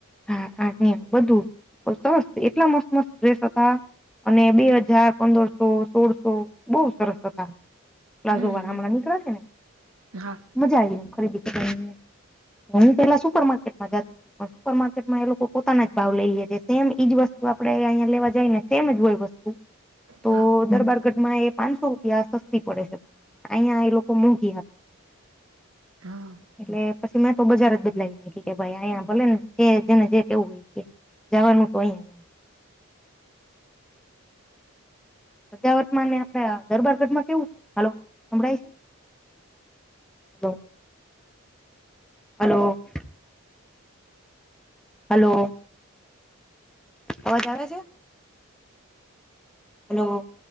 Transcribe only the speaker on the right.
હમ
હા
હા
હા.